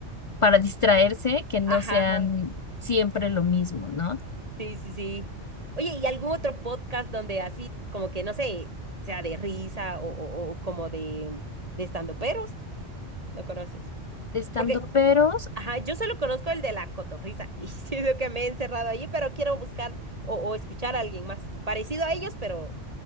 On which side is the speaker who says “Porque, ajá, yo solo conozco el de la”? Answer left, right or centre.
Right